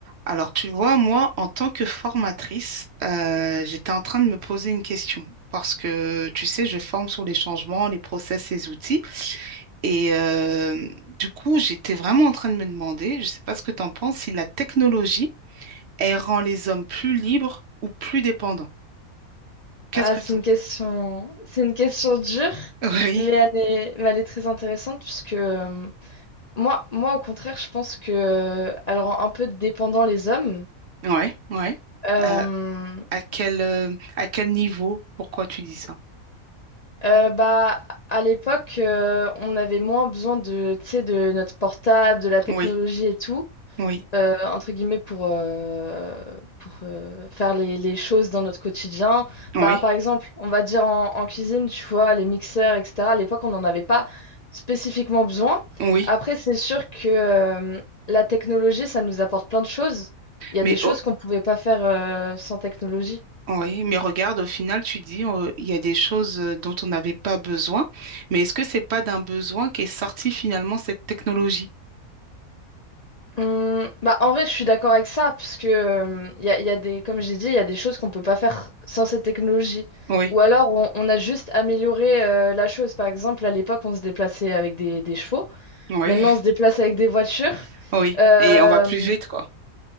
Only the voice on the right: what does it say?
Alors, tu vois, moi, en tant que formatrice, euh, j'étais en train de me poser une question parce que, tu sais, je forme sur les changements, les process, les outils. Et euh, du coup, j'étais vraiment en train de me demander, je ne sais pas ce que tu en penses, si la technologie, elle rend les hommes plus libres ou plus dépendants. Qu'est-ce
que
tu
en penses?
Oui,
ouais, ouais.
Euh, à quel, euh, à quel niveau? Pourquoi tu dis ça?
Oui,
oui,
oui,
oui.
Mais
Oui, mais regarde, au final, tu dis, euh, il y a des choses euh, dont on n'avait pas besoin, mais est-ce que c'est pas d'un besoin qu'est sortie finalement cette technologie?
Oui,
oui,
<laughs> oui.
Et on va plus vite, quoi.